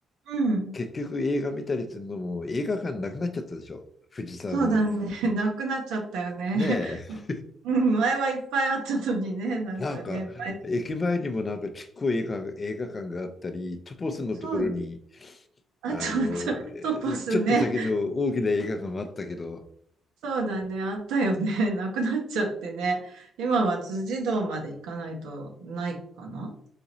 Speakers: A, on the right (about 85°); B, on the left (about 35°).
A: ん、うん。
B: 結局映画見たりするのも映画館なくなっちゃったでしょ。藤沢の。
A: そうだね。<laughs> なくなっちゃったよね。
B: ねえ。
A: <laughs> うん、前はいっぱいあったのにね、なんかね。
B: なんか、
A: 前
B: 駅前にもなんかちっこい映画、映画館があったり、トポスのところに、
A: そう、あと、
B: あの、
A: あと、
B: えーちょっと先の大きな映画館もあったけど、
A: トポスね。そうだね、あったよね。<laughs> なくなっちゃってね。今は辻堂まで行かないとないかな。